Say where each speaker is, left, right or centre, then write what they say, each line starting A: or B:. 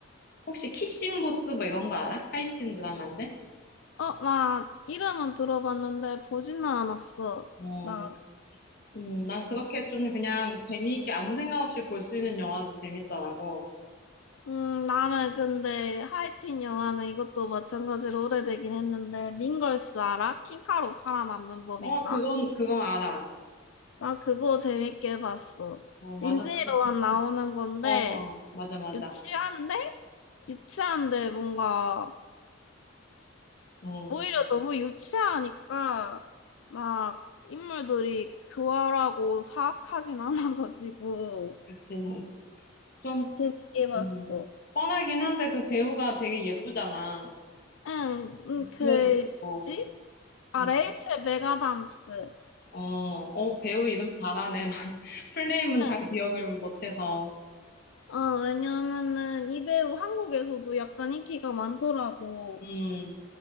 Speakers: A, on the left; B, on the left.
A: 혹시 키싱 보스 뭐 이런 거 알아? 하이틴 드라마인데?
B: 어, 나 이름은 들어봤는데 보지는 않았어.
A: 어.
B: 나,
A: 음, 난 그렇게 좀 그냥 재미있게 아무 생각 없이 볼 수 있는 영화도 재밌더라고.
B: 음, 나는 근데 하이틴 영화는 이것도 마찬가지로 오래되긴 했는데 민걸스 알아? 킹카로 살아남는 법인가?
A: 어, 그건 그건 알아.
B: 나 그거 재밌게 봤어.
A: 어, 맞아.
B: 린지
A: 그,
B: 로만 나오는 건데
A: 어, 맞아 맞아.
B: 유치한데? 유치한데 뭔가
A: 음,
B: 오히려 너무 유치하니까 막 인물들이 교활하고 사악하진 않아가지고
A: 그치. <laughs> 좀
B: 재밌게 봤어.
A: 음, 뻔하긴 한데 그 배우가 되게 예쁘잖아.
B: 응, 응, 그
A: 몸매도 좋고.
B: 뭐지? 아
A: 음.
B: 레이첼 메가담스.
A: 어, 어, 배우 이름 잘하네. 풀네임은
B: 응.
A: 잘 기억을 못해서.
B: 어 왜냐면은 이 배우 한국에서도 약간 인기가 많더라고.
A: 음,